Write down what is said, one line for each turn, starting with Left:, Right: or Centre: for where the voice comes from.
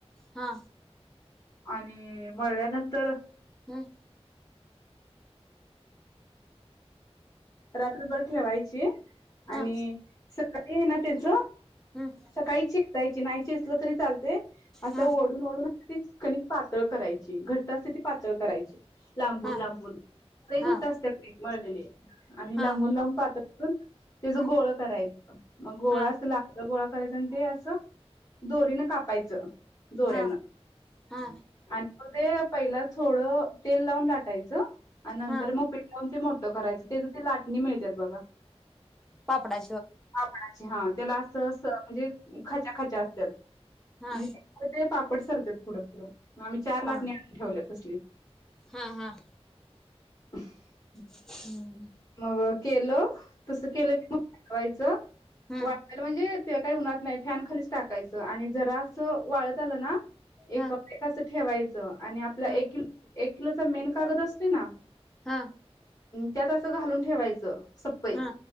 Centre: हा.
Left: आणि मळल्यानंतर
Centre: हम्म
Left: रात्रभर ठेवायची
Centre: हा
Left: आणि सकाळी आहे ना त्याच
Centre: हम्म
Left: सकाळी चेचायची नाही चेचलं तरी चालते असं
Centre: हा
Left: ओढून ओढून कणी पातळ करायची घट्ट असते ती पातळ करायची लांबून
Centre: हा
Left: लांबून काही घट्ट
Centre: हा
Left: असते काही. मळलेली. आणि
Centre: हा
Left: लांबून लांबून पातळ करून त्याच
Centre: हम्म
Left: गोळ करायचं मग गोळा
Centre: हा
Left: असं लांब गोळा करायच ते असं दोरीनं कापायचं दोऱ्यान
Centre: हा हा
Left: आणि मग ते पहिला थोडं तेल लावून लाटायचं आणि नंतर
Centre: हा
Left: मग पीठ लावून ते मोठं करायचं. त्याच ते लाटणी मिळतात बघा.
Centre: पापडा
Left: पापडाची हा त्याला असं अस म्हणजे खाच्या खाच्या असत्यात.
Centre: हा
Left: म्हणजे ते पाप पटसरते पुढं पुुढं मग आम्ही चार लाटणे
Centre: हा
Left: आनून ठेवल्यात तसली.
Centre: हा हा
Left: ह.
Centre: हम्म.
Left: मग केलं तस केलं की मग वाढवायचं
Centre: हम्म
Left: वाढवायला म्हणजे ते काही उनात नाही फॅन खालीच टाकायचं, आणि जरा अस वाळत आलं ना ए
Centre: हा
Left: ठेवायचं आणि आपला
Centre: हा
Left: एकि एक किलोचा मेन कागद असते ना.
Centre: हा
Left: त्यात असं घालून ठेवायचं, सप्पई
Centre: हा